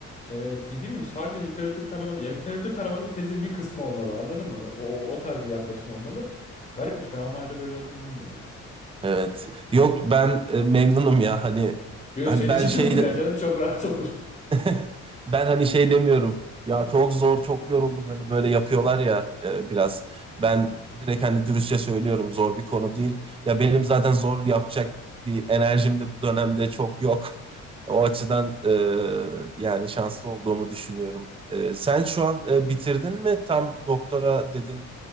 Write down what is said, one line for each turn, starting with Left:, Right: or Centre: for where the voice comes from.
Left: Ee, dediğim gibi sadece literatür taraması, ya literatür taraması tezin bir kısmı olmalı anladın mı? O, o tarz bir yaklaşım olmalı. Garipmiş ben Almanya'da böyle olduğunu bilmiyordum.
Right: Evet. Yok ben e, memnunum ya hani
Left: Yo,
Right: hani
Left: senin
Right: ben
Left: için
Right: şey
Left: çok güzel canım çok rahat olur.
Right: <laughs> Ben hani şey demiyorum. Ya çok zor, çok yoruldum. Hani böyle yapıyorlar ya e, biraz. Ben direkt hani dürüstçe söylüyorum. Zor bir konu değil. Ya benim zaten zor yapacak bir enerjim de bu dönemde çok yok. O açıdan e, yani şanslı olduğumu düşünüyorum. E, sen şu an e, bitirdin mi? Tam doktora dedin.